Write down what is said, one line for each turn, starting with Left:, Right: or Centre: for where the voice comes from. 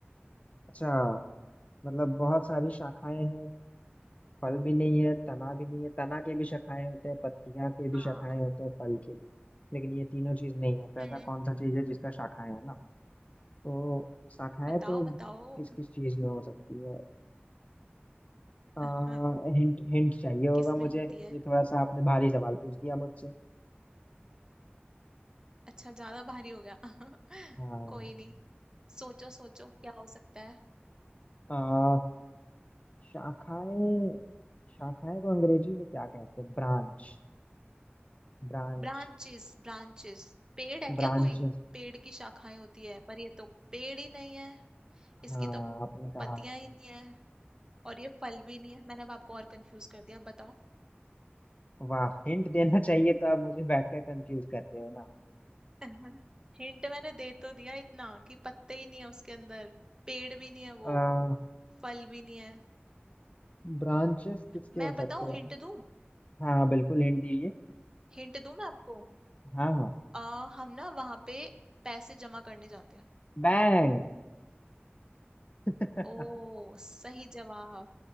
Left: अच्छा मतलब बहुत सारी शाखाएं हैं फल भी नहीं है तना भी नहीं है तना के भी शाखाएं होते हैं पत्तियां के भी
Right: हाँ
Left: शाखाएं होते हैं फल के भी लेकिन ये तीनों चीज नहीं है तो
Right: हम्म
Left: ऐसा कौन सा चीज है जिसका शाखाएं है ना तो शाखाएं
Right: बताओ
Left: तो
Right: बताओ
Left: किस किस चीज में हो सकती है आ,
Right: <laughs>
Left: हिंट हिंट चाहिए होगा
Right: किसमें
Left: मुझे
Right: होती
Left: ये
Right: है
Left: थोड़ा सा आपने भारी सवाल पूछ दिया मुझसे
Right: अच्छा ज्यादा भारी हो गया <laughs>
Left: हाँ
Right: कोई नहीं सोचो सोचो क्या हो सकता है
Left: आ, शाखाएं शाखाएं को अंग्रेजी में क्या कहते हैं ब्रांच ब्रांच
Right: ब्रांचेस ब्रांचेस पेड़ है क्या
Left: ब्रांच
Right: कोई पेड़ की शाखाएं होती है पर ये तो पेड़ ही नहीं है इसकी
Left: हाँ
Right: तो
Left: आपने कहा
Right: पत्तियां ही नहीं है और ये फल भी नहीं है मैंने अब आपको और कंफ्यूज कर दिया बताओ
Left: वाह हिंट देना चाहिए तो आप मुझे बैठकर कंफ्यूज कर रहे हो ना
Right: <laughs> हिंट मैंने दे तो दिया इतना कि पत्ते ही नहीं है उसके अंदर पेड़ भी नहीं है वो
Left: आ,
Right: फल भी नहीं है
Left: ब्रांचेस किसके
Right: मैं
Left: हो सकते
Right: बताऊं
Left: हैं
Right: हिंट दूं
Left: हाँ बिल्कुल हिंट दीजिए
Right: हिंट दूं मैं आपको
Left: हाँ हाँ
Right: आ, हम ना वहां पे पैसे जमा करने जाते हैं
Left: बैंक <laughs>
Right: ओ सही जवाब